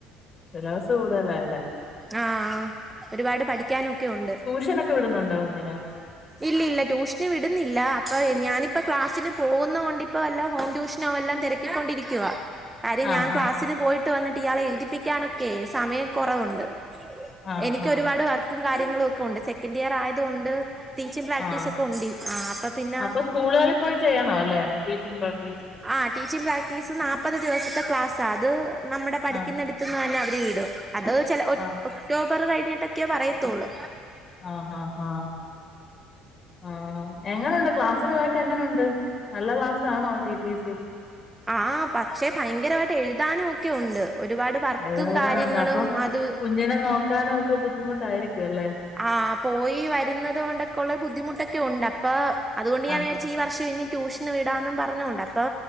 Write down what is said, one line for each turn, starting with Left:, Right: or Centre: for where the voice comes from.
Left: സിലബസ് കൂടുതലാ അല്ലേ
Right: ആഹ് ആഹ് ഒരുപാട് പഠിക്കാനൊക്കെ ഉണ്ട്
Left: നൊക്കെ വിടുന്നുണ്ടോ കുഞ്ഞിനെ
Right: ഇല്ല ഇല്ല ട്യൂഷന് വിടുന്നില്ല അപ്പൊ ഞാനിപ്പോ ക്ലാസിന് പോകുന്നത് കൊണ്ട് ഇപ്പോ വല്ലോ ഹോം ട്യൂഷനോ വല്ലോം തിരക്കി ക്കി കൊണ്ട് ഇരിക്കുവാ കാര്യം
Left: ആഹാ
Right: ഞാൻ ക്ലാസ്സിന് പോയിട്ട് വന്നിട്ട് ഇയാളെ എഴുതിപ്പിക്കാനൊക്കെ സമയം കുറവുണ്ട്
Left: ആഹാ
Right: എനിക്ക് ഒരുപാട് വർക്കും കാര്യങ്ങളും ഒക്കെ ഉണ്ട് സെക്കൻഡ് ഇയർ ആയതുകൊണ്ട് ടീച്ചിങ് പ്രാക്ടീസ്
Left: ആഹ് ആഹ്
Right: ഒക്കെ ഉണ്ട് ആ അപ്പൊ പിന്ന
Left: അപ്പൊ സ്കൂളുകളിൽ പോയി ചെയ്യണൊ അല്ലേ ടീച്ചിങ് പ്രാക്ടീസ്?
Right: ആഹ് ടീച്ചിംഗ് പ്രാക്ടീസ് നാപ്പത് ദിവസത്തെ ക്ലാസ്സാ, അത് നമ്മുടെ പഠിക്കുന്നടുത്
Left: ആഹ്
Right: ത്ത്ന്നന്നെ അവര് വിടും. അത് ചെല ഒക്
Left: ആഹ്
Right: ഒക്ടോബർ കഴിഞ്ഞിട്ടൊക്കെയാ പറയത്തുള്ളൂ.
Left: ആഹ് ഹാ ഹാ ആഹ്. എങ്ങനുണ്ട് ക്ലാസ്സിന് പോയിട്ട് എങ്ങനുണ്ട്? നല്ല ക്ലാസ്സാണോ ടി ടി സി?
Right: ആഹ് പക്ഷെ ഭയങ്കരവായിട്ട് എഴുതാനും ഒക്കെയുണ്ട്. ഒരുപാട് വർക്കും
Left: എഴുതാനുണ്ട്.
Right: കാര്യങ്ങളും
Left: അപ്പൊ
Right: അത്
Left: കുഞ്ഞിനെ നോക്കാനു ഒക്കെ ബുദ്ധിമുട്ടായിരിക്കു അല്ലേ?
Right: ആഹ് പോയി വര്ന്നത് കൊണ്ടൊക്കെ ഉള്ള ബുദ്ധിമുട്ടൊക്കെയുണ്ട്. അപ്പോ അതുകൊണ്ട് ഞാൻ
Left: ആഹ്
Right: വിചാരി ച്ച് ഈ വർഷം ഇനി ട്യൂഷന് വിടാന്നും പറഞ്ഞുകൊണ്ട്. അപ്പൊ